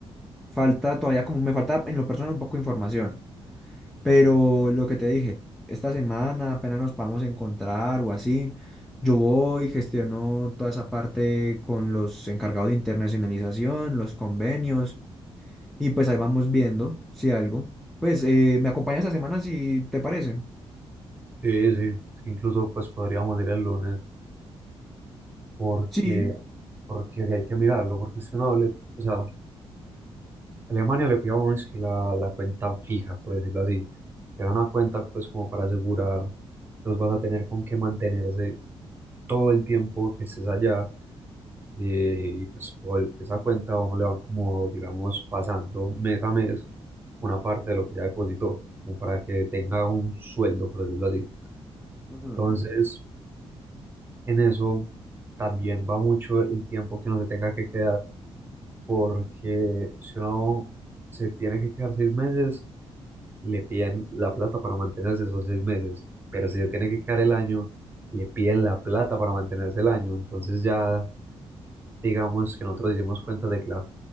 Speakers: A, in the centre; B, on the right.
A: falta todavía, como me falta en lo personal un poco de información, pero lo que te dije, esta semana apenas nos podamos encontrar o así, yo voy, gestiono toda esa parte con los encargados de internacionalización, los convenios, y pues ahí vamos viendo si algo. Pues eh, me acompañas esta semana si te parece.
B: Sí, sí, incluso pues podríamos ir el lunes. porque,
A: Sí.
B: porque de ahí hay que mirarlo, porque si uno le, o sea, Alemania le pide a uno es que la, la cuenta fija, por decirlo así, que da una cuenta pues como para asegurar que vos vas a tener con qué mantenerse todo el tiempo que estés allá, eh, y pues por esa cuenta a uno le van como, digamos, pasando mes a mes una parte de lo que ya depositó, como para que tenga un sueldo, por decirlo así.
A: Ujú.
B: Entonces, en eso también va mucho el tiempo que uno se tenga que quedar porque si uno se tiene que quedar seis meses, le piden la plata para mantenerse esos seis meses, pero si se tiene que quedar el año, le piden la plata para mantenerse el año, entonces ya digamos que nosotros hicimos cuenta de que la